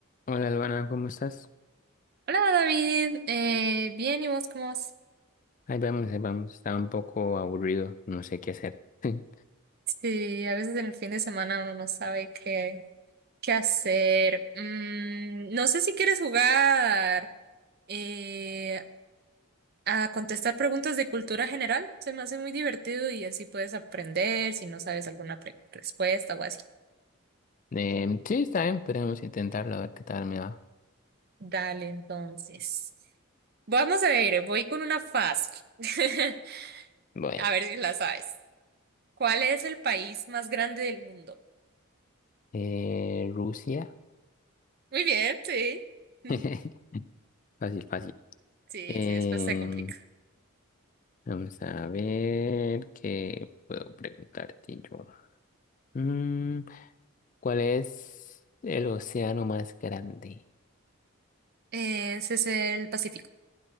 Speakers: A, on the left; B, on the right.
A: Hola, Albana, ¿cómo estás?
B: Hola David, eh, bien, ¿y vos cómo vas?
A: Ahí vamos, ahí vamos. Está un poco aburrido, no sé qué hacer. <laughs>
B: Sí, a veces en el fin de semana uno no sabe qué, qué hacer. Mm, no sé si quieres jugar eh, a contestar preguntas de cultura general. Se me hace muy divertido y así puedes aprender si no sabes alguna pre- respuesta o así.
A: Em, sí, está bien, podemos intentarlo, a ver qué tal me va.
B: Dale, entonces. Vamos a ver, voy con una fácil. <laughs>
A: Bueno,
B: A ver si la sabes. ¿Cuál es el país más grande del mundo?
A: eh, Rusia.
B: Muy bien, sí. <laughs>
A: <laughs> Fácil, fácil.
B: Sí,
A: Em,
B: sí, después se complica.
A: vamos a ver qué puedo preguntarte yo. Mm, ¿cuál es el océano más grande?
B: Ese es el Pacífico.